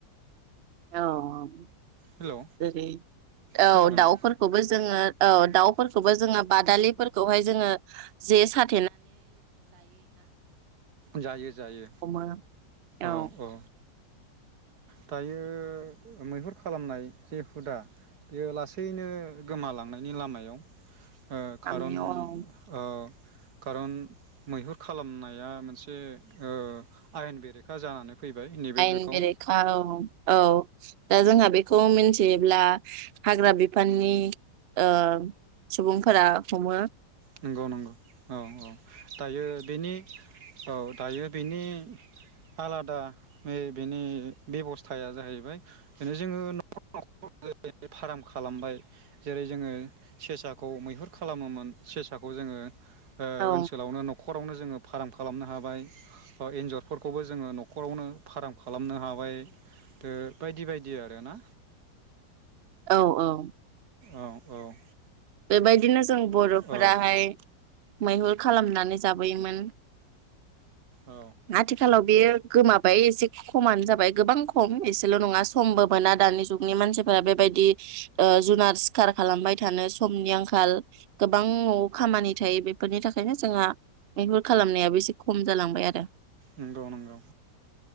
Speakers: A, on the right (about 80°); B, on the right (about 60°).
A: औ-औ
B: हेलौ
A: जेरै औ
B: खोनादोंना
A: दाउफोरखौबो जोङो औ दाउफोरखौबो जोङो बादालिफोरखौहाय जोङो जे सान
B: जायो-जायो
A: हमो औ
B: औ-औ दायो मैहुर खालामनाय जे हुदा बेयो लासैनो गोमालांनायनि लामायाव ओ खारन
A: लामायाव औ
B: ओ कारन मैहुर खालामनाया मोनसे ओ आयेन बेरेखा जानानै फैबाय नैबे
A: आयेन
B: जुगाव
A: बेरेखा औ औ दा जोंहा बेखौ मिथियोब्ला हाग्रा बिफाननि ओ सुबुंफोरा हमो
B: नंगौ नंगौ औ औ दायो बेनि औ दायो बेनि आलादा बेनि बेब'स्थाया जाहैबाय बिनो जोङो न'खरखर फार्म खालामबाय जेरै जोङो सेसाखौ मैहुर खालामोमोन सेसाखौ जोङो ओ
A: औ
B: ओनसोलावनो न'खर नखरावनो जोङो फाराम खालामनो हाबाय बा एन्जरफोरखौबो जोङो न'खरावनो फाराम खालामनो हाबाय ओ बायदि बायदि आरोना
A: औ औ
B: औ औ
A: बेबायदिनो जों बर'फोराहाय
B: औ
A: मैहुर खालामनानै जाबोयोमोन
B: औ
A: आथिखालाव बेयो गोमाबाय एसे खमानो जाबाय गोबां खम एसेल' नङा समबो मोना दानि जुगनि मानसिफोरा बेबायदि ओ जुनार सिखार खालामबाय थानो स समनि आंखाल गोबां न'आव खामानि थायो बेफोरनि थाखायनो जोंहा मैहुर खालामनायाबो एसे खम जालांबाय आरो
B: नोंगौ नोंगौ